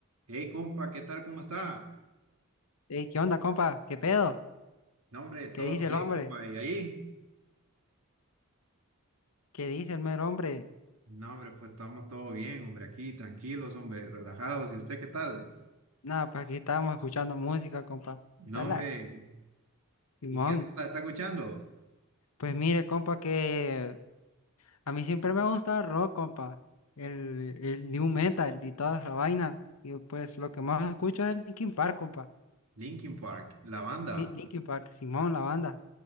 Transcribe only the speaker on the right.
Hey, compa, ¿qué tal? ¿Cómo está?
No, hombre, todo
bien,
compa. ¿Y ahí?
No, hombre, pues estamos todo bien, hombre, aquí tranquilos, hombre, relajados. ¿Y usted qué tal?
No,
hombre,
¿y qué rola está escuchando?
Linkin Park, la banda.